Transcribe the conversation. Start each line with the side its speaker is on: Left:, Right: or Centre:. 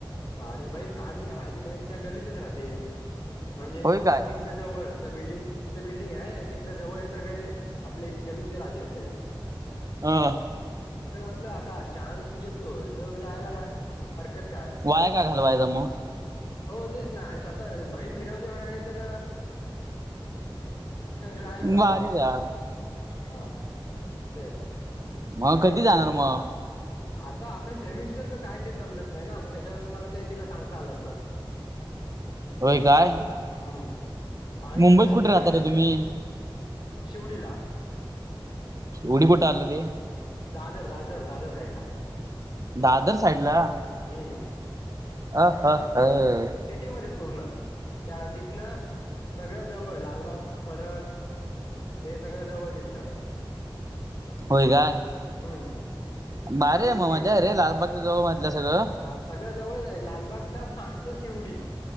Left: हा आणि बहीण आणि माझी बहीण त्या गल्लीतच राहते म्हणजे
Right: होय काय
Left: ती तिथन जवळ त्या बिल्डिंग तिथे बिल्डिंग आहे आणि तिथनं जवळ हे सगळे आपले गलीतले राजे आहेत सगळे.
Right: हा.
Left: तर म्हटलं आता चान्स येतोय तर जायला हरकत काय
Right: वाया का घालवायचा मग
Left: हो तेच ना आणि स्वतः बहीण फिरवते म्हणाले तर हो जायलाच हवं.
Right: भारीच आहे
Left: हा तेच
Right: मग कधी
Left: हो
Right: जाणार
Left: ना.
Right: मग
Left: आता आपले सेमिस्टरचं काय ते समजत नाही ना मग त्याच्यावरन मला ते तिला सांगता आलं असत. <unintelligible>
Right: होय काय.
Left: हम्म आणि
Right: मुंबईत
Left: कसं
Right: कुठे
Left: इकडन
Right: राहता रे तुम्ही
Left: शिवडीला
Right: उडी कुठ आल ते?
Left: दादर दादर दादर साईडला.
Right: दादर साईडला?
Left: हम्म.
Right: <unintelligible>
Left: सिटीमध्येच पूर्ण त्या तिथनं सगळं जवळ लालबाग पर हे सगळं जवळ तिथन.
Right: होय काय.
Left: हम्म.
Right: भारीये
Left: ते
Right: रे म
Left: ते
Right: मजा रे लालबागच्या जावळ म्हटलं सगळं.
Left: हा सगळं जवळच आहे लालबागच्या मागच शिवडी